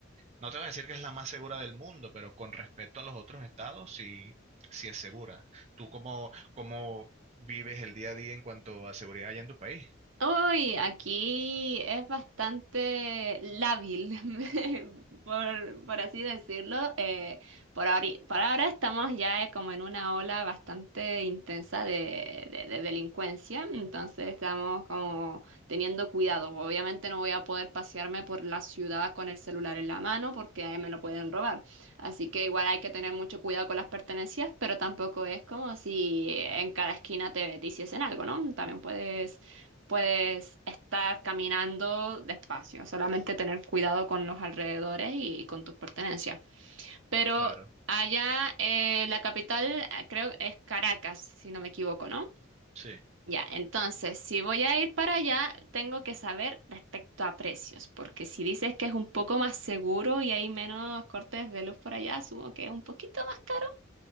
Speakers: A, on the right; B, on the right.
A: no te voy a decir que es la más segura del mundo, pero con respecto a los otros estados, sí, sí es segura. ¿Tú cómo, cómo vives el día a día en cuanto a seguridad allá en tu país?
B: Uy, aquí es bastante lábil, <laughs> por, por así decirlo. Eh, por ahori- por ahora estamos ya eh, como en una ola bastante intensa de, de- de delincuencia, entonces estamos como teniendo cuidado. Obviamente no voy a poder pasearme por la ciudad con el celular en la mano porque ahí me lo pueden robar. Así que igual hay que tener mucho cuidado con las pertenencias, pero tampoco es como si en cada esquina te, te hiciesen algo, ¿no? También puedes puedes estar caminando despacio, solamente tener cuidado con los alrededores y con tus pertenencias. Pero
A: Claro,
B: allá eh, la capital eh, creo es Caracas, si no me equivoco, ¿no?
A: sí.
B: Ya, entonces, si voy a ir para allá, tengo que saber respecto a precios, porque si dices que es un poco más seguro y hay menos cortes de luz por allá, asumo que es un poquito más caro.